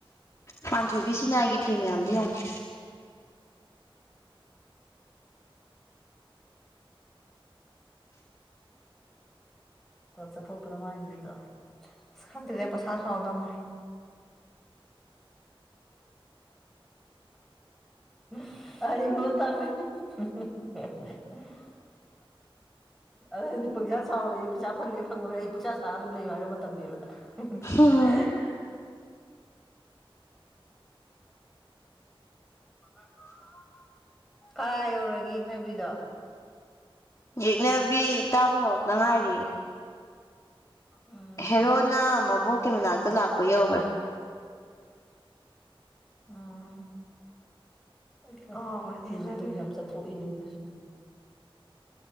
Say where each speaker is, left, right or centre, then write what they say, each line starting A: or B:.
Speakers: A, on the left; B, in the centre.
A: ꯄꯥꯟꯊꯣꯏꯕꯤꯁꯤꯅ ꯥꯏꯒꯤ ꯐꯤ ꯃꯌꯥꯝꯗꯨ ꯌꯦꯡꯉꯨ
B: ꯆꯠꯊꯣꯛꯇ꯭ꯔ ꯃꯥꯥꯏꯅꯤꯗꯣ ꯑꯁ ꯈꯟꯗ꯭ꯔꯦ ꯄꯩꯁꯥ ꯁꯥꯎꯗ ꯑꯃ ꯫ <unintelligible> <unintelligible> ꯑꯗꯣ ꯄꯪꯁꯥ ꯁꯥꯥꯎꯋꫭꯌꯦ ꯄꯩꯁꯥ ꯐꯪꯒꯦ ꯐꯪꯉꯨꯔꯔꯦ ꯑꯩ ꯄꯛꯁꯥ ꯁꯥ ꯑꯗꯨꯝ ꯂꯩꯌꯣ ꯍꯥꯏꯔ ꯃꯇꯝ ꯂꯦꯟꯂꯒ <unintelligible>
A: ꯌꯦꯡꯉꯨ
B: <unintelligible> ꯀꯥ ꯌꯧꯔꯒꯦ ꯌꯦꯛꯅꯕꯤꯗꯣ
A: ꯌꯦꯛꯅꯕꯤ ꯇꯥꯕ ꯍꯧꯔꯛꯇ ꯉꯥꯏꯔꯤꯌꯦ
B: ꯎꯝ
A: ꯍꯦꯔꯣꯅ ꯃꯕꯣꯛꯀꯤ ꯃꯅꯥꯛꯇ ꯂꯥꯛꯄ ꯌꯧꯒꯔꯦ
B: ꯎꯝ <unintelligible> ꯌꯥꯝ ꯆꯠꯊꯣꯛꯏ <unintelligible>